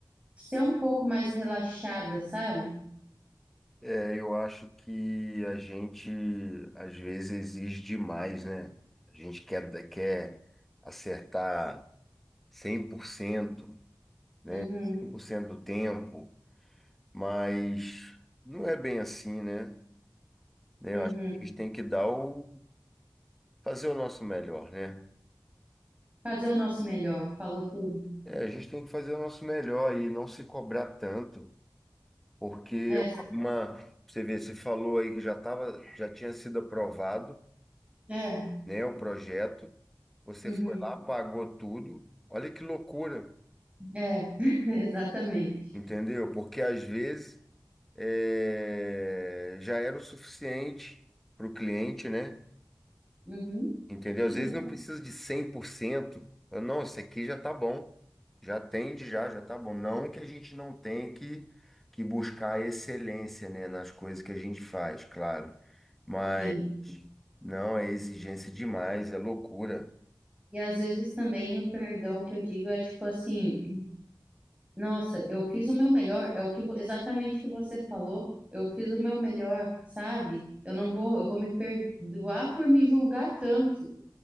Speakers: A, on the right; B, in the centre.
A: ser um pouco mais relaxada, sabe?
B: É, eu acho que a gente às vezes exige demais, né? A gente quer, quer acertar cem cem por cento,
A: Uhum,
B: cem por cento do tempo, mas não é bem assim, né? Né,
A: uhum.
B: Eu acho que a gente tem que dar o, fazer o nosso melhor, né?
A: Fazer o nosso melhor, falou tudo.
B: É, a gente tem que fazer o nosso melhor e não se cobrar tanto. Porque
A: É,
B: uma, você vê, você falou aí que já tava, já tinha sido aprovado,
A: é,
B: né, o projeto. Você
A: uhum.
B: foi lá, pagou tudo. Olha que loucura,
A: É, <laughs> exatamente.
B: entendeu? Porque às vezes é, já era o suficiente para o cliente, né?
A: Uhum.
B: Entendeu? Às
A: uhum,
B: vezes não precisa de 100%. Fala, Não, isso aqui já tá bom. Já atende, já, já tá bom. Não que a gente não tenha que, que buscar excelência, né, nas coisas que a gente faz, claro. Mas
A: Sim.
B: não, é exigência demais, é loucura.
A: E às vezes também o perdão que eu digo é tipo assim, nossa, eu fiz o meu melhor, é o que vo- exatamente o que você falou. Eu fiz o meu melhor, sabe? Eu não vou, eu vou me perdoar por me julgar tanto.